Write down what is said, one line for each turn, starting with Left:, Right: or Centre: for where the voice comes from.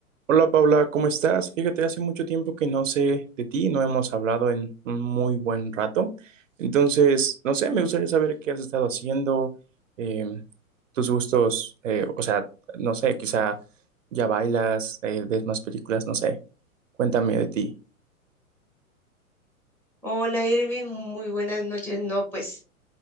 Right: Hola Paula, ¿cómo estás? Fíjate, hace mucho tiempo que no sé de ti, no hemos hablado en un muy buen rato. Entonces, no sé, me gustaría saber qué has estado haciendo, eh, tus gustos, eh, o sea, no sé, quizá ya bailas, eh, ves más películas, no sé. Cuéntame de ti.
Centre: Hola Irving, muy buenas noches. No, pues